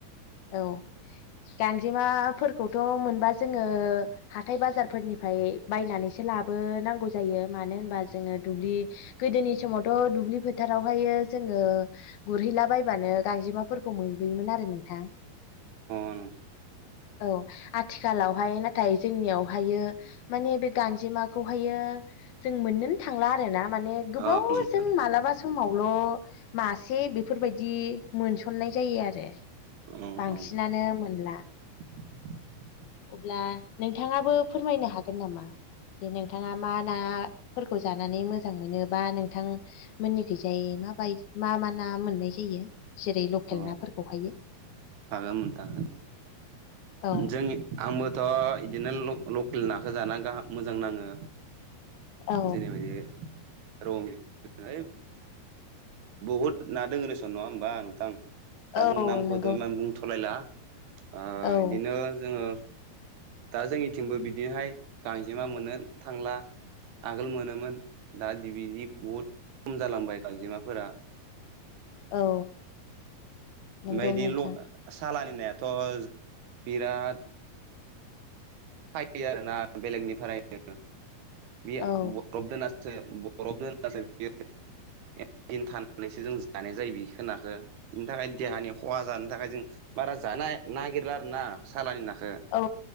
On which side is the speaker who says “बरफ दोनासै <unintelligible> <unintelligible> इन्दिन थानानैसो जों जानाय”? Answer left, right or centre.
Right